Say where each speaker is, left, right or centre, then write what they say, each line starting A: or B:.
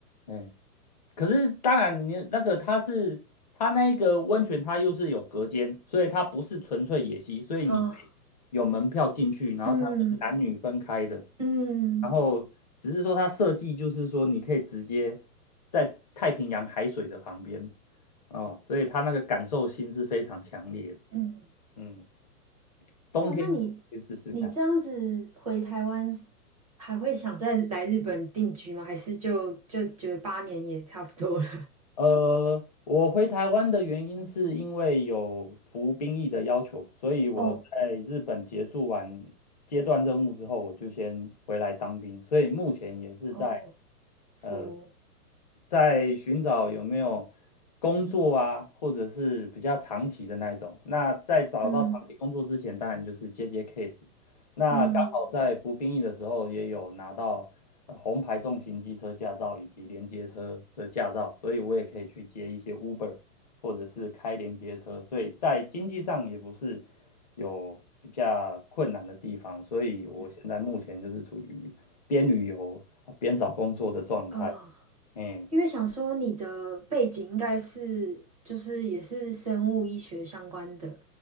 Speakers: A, on the left; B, on the right.
A: 哎。可是当然你那个它是它那一个温泉，它又是有隔间，所以它不是纯粹野溪，所以你可以有门票进去，
B: 哦，
A: 然后它是男女分开的，
B: 嗯嗯
A: 然后只是说它设计就是说你可以直接在太平洋海水的旁边哦，所以它那个感受性是非常强烈的，
B: 嗯，
A: 嗯，冬天可以去试试看。
B: 哇，那你你这样子回台湾，还会想再来日本定居吗？还是就就觉得八年也差不多了？
A: 呃，我回台湾的原因是因为有服兵役的要求，所以我在日本结束完阶段任务之后，
B: <laughs> 哦
A: 我就先回来当兵，所以目前也是在
B: 哦，服，
A: 呃，在寻找有没有工作啊，或者是比较长期的那一种。那在找到长期工作之前，
B: 嗯
A: 当然就是接接 case，那刚好在服兵役的时候也有拿到呃红牌重型机车驾照以及连接车的驾照，
B: 嗯
A: 所以我也可以去接一些 Uber 或者是开连接车，所以在经济上也不是有比较困难的地方，所以我现在目前就是处于边旅游啊边找工作的状态。
B: 嗯，哦。
A: 嗯。
B: 因为想说你的背景应该是就是也是生物医学相关的，